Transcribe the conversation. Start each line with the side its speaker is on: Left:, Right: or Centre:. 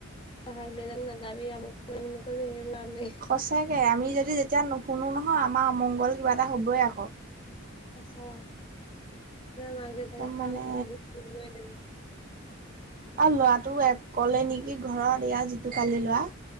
Left: তাক দেজানি নাযাবি আম ম নকৰিবি সেইবোৰ আমি <unintelligible>
Right: সঁচাকৈ আমি যদি যেতিয়া নুশুনো নহয় আমাৰ অমংগল কিবা এটা হ'বই আকৌ।
Left: সচা মাক দেউতাকে
Right: একদম
Left: কোৱা
Right: মানে
Left: কথাটো গুৰুত্ব দিবই লাগে।
Right: অ, লৰাটো কলে নেকি ঘৰত এয়া যিটো কালি লৰা।